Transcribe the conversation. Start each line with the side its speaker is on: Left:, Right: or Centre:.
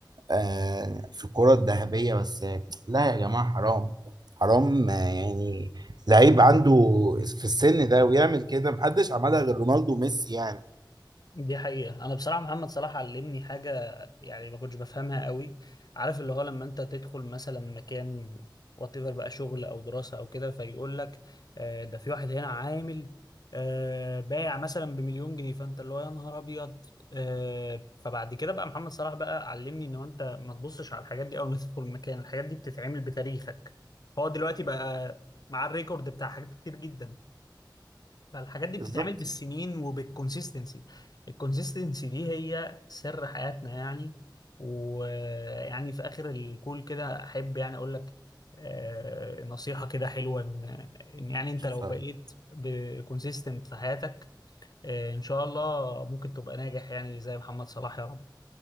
Right: آه، في الكرة الذهبية بس لا يا جماعة حرام حرام آه، يعني لعيب عنده في السن ده ويعمل كده محدش عملها غير رونالدو وميسي يعني
Left: دي حقيقة أنا بصراحة محمد صلاح علمني حاجة يعني ما كنتش بفهمها قوي عارف اللي هو لما أنت تدخل مثلا مكان واتيفر بقى شغل أو دراسة أو كده فيقول لك آه، ده في واحد هنا عامل آه، بايع مثلا بمليون جنيه فأنت اللي هو يا نهار أبيض آه، فبعد كده بقى محمد صلاح بقى علمني إن هو أنت ما تبصش على الحاجات دي أول ما تدخل المكان الحاجات دي بتتعمل بتاريخك هو دلوقتي بقى مع الريكورد بتاع حاجات كتير جدا فالحاجات دي بتتعمل
Right: بالظبط
Left: بالسنين وبالكونسيستنسي الكونسيستنسي دي هي سر حياتنا يعني ويعني في اخر الكول كده احب يعني اقول لك آه، نصيحة كده حلوة ان إن يعني انت لو
Right: فإن
Left: بقيت بكونسيستنت في حياتك آه، ان شاء الله ممكن تبقى ناجح يعني زي محمد صلاح يا رب